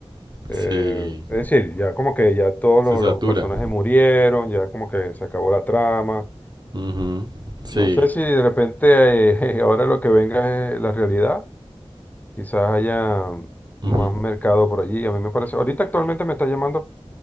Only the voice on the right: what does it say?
Sí,
se satura.
Ujú, Sí.
ujú.